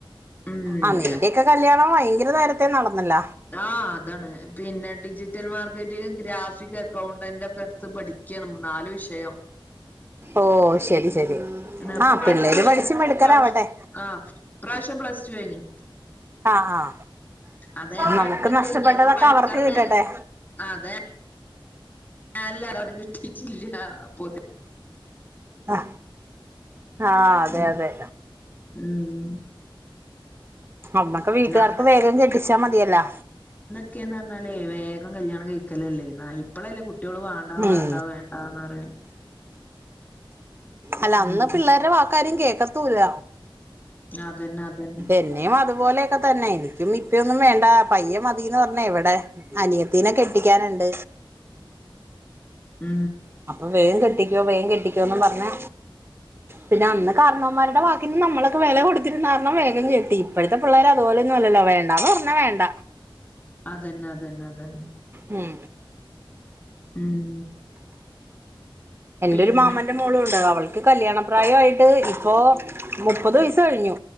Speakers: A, on the left (about 20°); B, on the right (about 25°).
A: ഉം
B: അ നിന്റക്കെ കല്യാണം വയങ്കര നേരത്തെ നടന്നല്ല
A: ആഹ് അതാണ് പിന്നെ digital marketing graphic accountant ഒക്കെ ഇട്ത്ത് പഠിക്കാണ് നാല് വിഷയം
B: ഓ ശരി ശരി
A: എന്ന ഇപ്പൊ
B: ആ
A: പ്ലസ്
B: പിള്ളേര്
A: ടു കഴിഞ്
B: പഠിച്ച് മിടുക്കരാവട്ടെ
A: ഇപ്രാവശ്യം ആഹ് ഇ പ്രാവശ്യ പ്ലസ് ടു കഴിഞ്
B: ആ ആ
A: അതാ ഞാൻ
B: നമുക്ക്
A: പറഞ്ഞത്
B: നഷ്ടപ്പെട്ടതൊക്കെ
A: ഇയാക്ക് പഠിക്കാന്
B: അവർക്ക് കിട്ടട്ടെ
A: നേ അത <unintelligible> കിട്ടിട്ടില്ല അപ്പോതി
B: ആ ആഹ് അതെ
A: ഉം
B: അതെ
A: ഉം
B: അന്നൊക്കെ വീട്ട്കാർക്ക്
A: അന്ന്
B: വേഗം കെട്ടിച്ചാ മതിയല്ലോ
A: ക്കേ നറഞാലേ വേഗം കല്യാണം കഴിക്കലല്ലേ എന്നാ ഇപ്പളല്ലേ കുട്ടോൾ വാണ്ടാ വാണ്ട
B: ഉം
A: വേ ണ്ട നറിണ്
B: അല്ല
A: ഉം
B: അന്ന് പിള്ളേര വാക്ക് ആരും കേക്കത്തൂല്ല
A: അതന്നെ അതന്നെ
B: എന്നിം അത് പോലെയൊക്കെ തന്നെ എനിക്കും ഇപ്പ്യന്നും വേണ്ട പയ്യ മതീന്ന് പറഞ്ഞ എവടെ അനിയത്തിനെ കെ ട്ടി കാന്ണ്ട്
A: മ്
B: അപ്പൊ വേം കെട്ടിക്കോ വേം കെട്ടിക്കോ ന്നും പറഞ്
A: <inaudible>
B: പിന്നെ അന്ന് കാരണവന്മാരുടെ വാക്കി നി നമ്മളൊക്ക വില കൊടുത്തിരന്ന് കാരണം വേഗം കേട്ടി ഇപ്പോഴത്തെ പിള്ളേർ അതുപോലെന്നല്ലോ വോണ് വേണ്ട പറഞ്ഞാ വേണ്ട
A: അതന്നെ അതന്നെ അതന്നെ
B: ഉം
A: ഉം
B: എന്റെ
A: പിന്നെ
B: ഒരു മാമന്റെ മോളുണ്ട് അവൾക്ക് കല്യാണപ്രായയിട്ട് ഇപ്പൊ മുപ്പത് വയസ്സ് കഴിഞ്ഞു